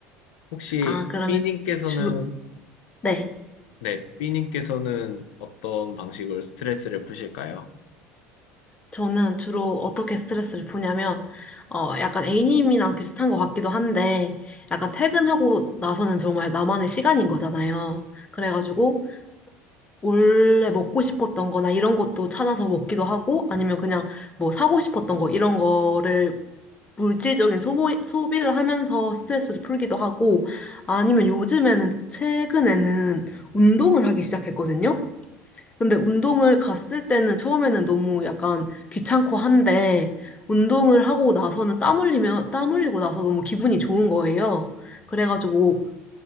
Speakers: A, on the left; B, on the left.
A: 혹시
B: 아, 그러면
A: B님께서는,
B: 주로, 네.
A: 네, B님께서는 어떤 방식으로 스트레스를 푸실까요?
B: 저는 주로 어떻게 스트레스를 푸냐면, 어, 약간 A님이랑 비슷한 것 같기도 한데, 약간 퇴근하고 나서는 정말 나만의 시간인 거잖아요. 그래가지고, 원래 먹고 싶었던 거나 이런 것도 찾아서 먹기도 하고, 아니면 그냥 뭐 사고 싶었던 거, 이런 거를 물질적인 소모, 소비를 하면서 스트레스를 풀기도 하고, 아니면 요즘에는, 최근에는 운동을 하기 시작했거든요? 근데 운동을 갔을 때는 처음에는 너무 약간 귀찮고 한데, 운동을 하고 나서는 땀 흘리면, 땀 흘리고 나서 너무 기분이 좋은 거예요. 그래가지고,